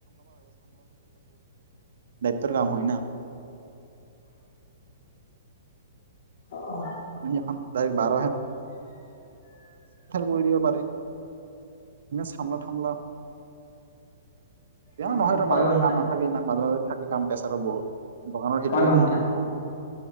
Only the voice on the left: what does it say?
অ',
উম,
কয়
ঘণ্টা
কয় ঘণ্টা